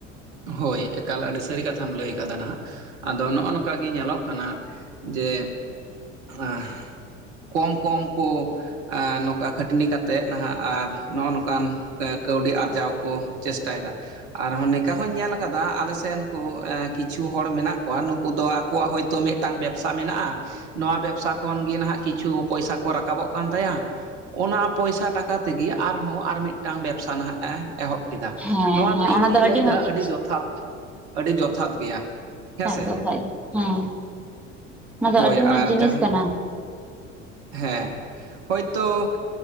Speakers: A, on the right (about 60°); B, in the centre.
A: ᱦᱳᱭ ᱮᱠᱟᱞ ᱟᱹᱰᱤ ᱥᱟᱹᱨᱤ ᱠᱟᱛᱷᱟᱢ ᱞᱟᱹᱭ ᱠᱟᱫᱟ ᱱᱟᱦᱟᱸᱜ, ᱟᱫᱚ ᱱᱚᱜᱼᱚ ᱱᱚᱝᱠᱟ ᱜᱮ ᱧᱮᱞᱚᱜ ᱠᱟᱱᱟ ᱡᱮ ᱟ ᱠᱚᱢ ᱠᱚᱢ ᱠᱚ ᱟᱸ ᱱᱚᱝᱠᱟ ᱠᱷᱟᱹᱴᱱᱤ ᱠᱟᱛᱮᱜ ᱱᱟᱦᱟᱸᱜ ᱟᱨ ᱱᱚᱜᱼᱚ ᱱᱚᱝᱠᱟᱱ ᱠᱟᱹ ᱠᱟᱹᱣᱰᱤ ᱟᱨᱡᱟᱣ ᱠᱚ ᱪᱮᱥᱴᱟᱭᱫᱟ ᱟᱨᱦᱚᱸ ᱱᱤᱝᱠᱟ ᱦᱚᱸᱧ ᱧᱮᱞ ᱠᱟᱫᱟ ᱟᱞᱮᱥᱮᱱ ᱠᱚ ᱠᱤᱪᱷᱩ ᱦᱚᱲ ᱢᱮᱱᱟᱜ ᱠᱚᱣᱟ ᱱᱩᱠᱩ ᱫᱚ ᱟᱠᱚᱣᱟᱜ ᱦᱳᱭᱛᱳ ᱢᱤᱫᱴᱟᱝ ᱵᱮᱵᱽᱥᱟ ᱢᱮᱱᱟᱜᱼᱟ, ᱱᱚᱣᱟ ᱵᱮᱵᱽᱥᱟ ᱠᱷᱚᱱᱜᱮ ᱱᱟᱦᱟᱸᱜ ᱠᱤᱪᱷᱩ ᱯᱚᱭᱥᱟ ᱠᱚ ᱨᱟᱠᱟᱵᱚᱜ ᱠᱟᱱ ᱛᱟᱭᱟ, ᱚᱱᱟ ᱯᱚᱭᱥᱟ ᱴᱟᱠᱟ ᱛᱮᱜᱮ ᱟᱨᱦᱚᱸ ᱟᱨ ᱢᱤᱫᱤᱫᱴᱟᱝ ᱵᱮᱵᱽᱥᱟ ᱱᱟᱦᱟᱸᱜᱼᱟ ᱮ ᱮᱦᱚᱵ ᱠᱮᱫᱟ,
B: ᱦᱮᱸ
A: ᱱᱚᱣᱟ
B: ᱦᱮᱸ
A: ᱫᱚ ᱤᱧ
B: ᱚᱱᱟ
A: ᱫᱩᱧ ᱞᱟᱹᱭᱫᱟ
B: ᱢᱚᱸᱡᱽ ᱡᱤᱱᱤᱥ
A: ᱟᱹᱰᱤ ᱡᱚᱛᱷᱟᱛ ᱟᱹᱰᱤ ᱡᱚᱛᱷᱟᱛ ᱜᱮᱭᱟ᱾ ᱦᱮᱸᱥᱮ
B: ᱠᱷᱟᱡ ᱫᱚ ᱠᱷᱟᱱ ᱫᱚ ᱦᱮᱸ ᱚᱱᱟ ᱫᱚ
A: ᱦᱳᱭ
B: ᱟᱹᱰᱤ
A: ᱟᱨ
B: ᱢᱚᱸᱡ ᱡᱤᱱᱤᱥ
A: ᱡᱟᱦᱟᱸ
B: ᱠᱟᱱᱟ᱾
A: ᱦᱮᱸ ᱦᱳᱭᱛᱳ